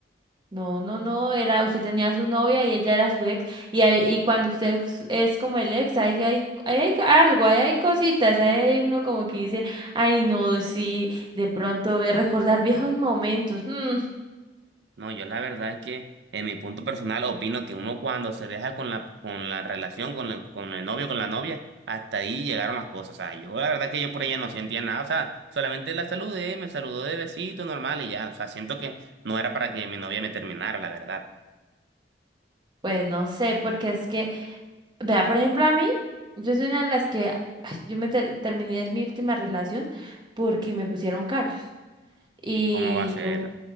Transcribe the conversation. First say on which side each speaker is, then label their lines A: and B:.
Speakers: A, on the right (about 25°); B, on the right (about 70°).
A: no, no, no, era, usted tenía su novia y ella era su ex, y, ahí- y cuando usted es es como el ex, ahí hay, ahí hay algo, ahí hay cositas, ahí hay uno como que dice, ay, no, sí, de pronto voy a recordar viejos momentos. mm,
B: No, yo la verdad es que en mi punto personal opino que uno cuando se deja con la, con la relación, con el, con el novio, con la novia, hasta ahí llegaron las cosas. O sea, yo la verdad que yo por ella no sentía nada. O sea, solamente la saludé, me saludó de besito normal y ya. O sea, siento que no era para que mi novia me terminara, la verdad.
A: pues no sé, porque es que Vea, por ejemplo, a mí, yo soy una de las que, ay, yo me ter- terminé mi última relación porque me pusieron cachos. Y
B: ¿Cómo va a ser?
A: yo